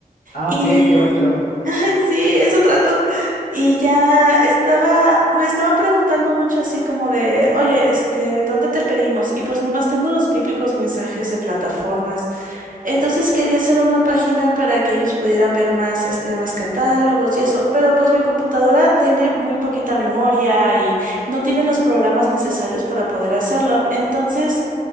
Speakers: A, on the left; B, on the right.
A: Ah,
B: Y,
A: ok, qué bonito.
B: <laughs> ay, sí, eso trato. Y ya estaba, me estaban preguntando mucho así como de, oye, este, ¿dónde te pedimos? Y pues nomás tengo los típicos mensajes de plataformas. Entonces quería hacer una página para que ellos pudieran ver más, este, más catálogos y eso, pero pues mi computadora tiene muy poquita memoria y no tiene los programas necesarios para poder hacerlo. Entonces,